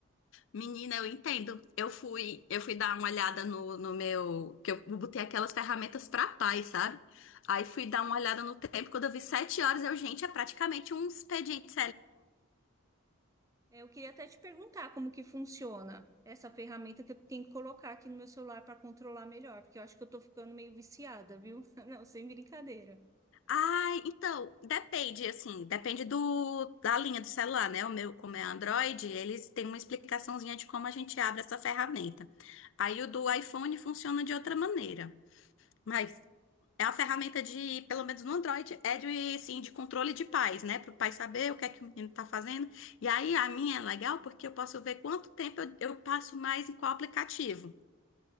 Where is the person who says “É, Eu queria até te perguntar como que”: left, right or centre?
Right